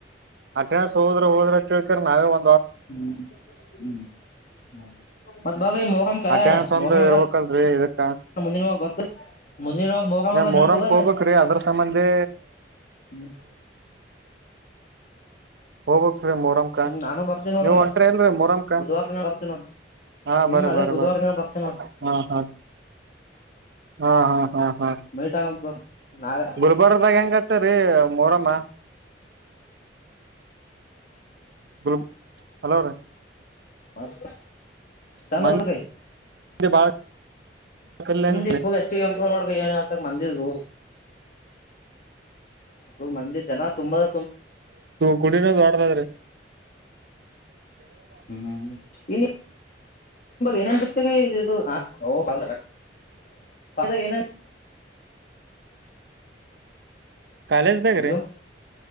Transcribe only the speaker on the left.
<unintelligible>
ಹ್ಮ್ ನಾನು ಬರ್ತೀನಿ ನೋಡ್ರಿ
ಬುಧವಾರ ದಿನ ಬರ್ತೇವಿ ನೋಡ್
ಹ್ಮ್
ಅದೇ
ಬುಧವಾರ
ದಿನ ಬರ್ತೇವಿ ನೋಡ್
ಮೀಟ್ ಆಗ ನಾವೇ
ಮಸ್ ಚಂದ
ನಡದದ್ರಿ
ನಮ್ ಹುಗಚ್ಚಿ ಹೋಗ ನೋಡ್ ಮಂದಿ ಅದ ಬ್ರೋ ಫುಲ್ ಮಂದಿ ಜನ ತುಂಬದ
ಹ್ಮ್ ಇ ಏನನ್ ಸಿರ್ತವೆ ಇದು ಓವ ಏ
ಹಲೋ